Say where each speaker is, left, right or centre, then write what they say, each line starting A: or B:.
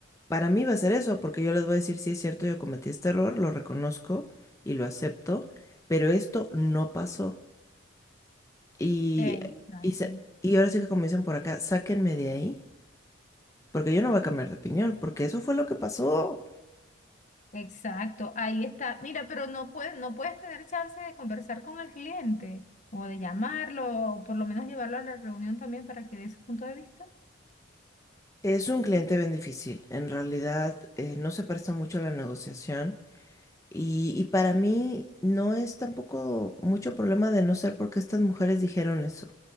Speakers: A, on the left (about 15°); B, on the left (about 35°).
A: para mí va a ser eso, porque yo les voy a decir, sí es cierto, yo cometí este error, lo reconozco y lo acepto, pero esto no pasó. Y,
B: exacto.
A: y, sa- y ahora sí que como dicen por acá, sáquenme de ahí, porque yo no voy a cambiar de opinión, porque eso fue lo que pasó.
B: Exacto, ahí está. Mira, pero no puedes, no puedes tener chance de conversar con el cliente o de llamarlo, o por lo menos llevarlo a la reunión también para que dé su punto de vista.
A: Es un cliente bien difícil. En realidad, eh, no se presta mucho a la negociación. Y, y para mí no es tampoco mucho problema de no ser porque estas mujeres dijeron eso.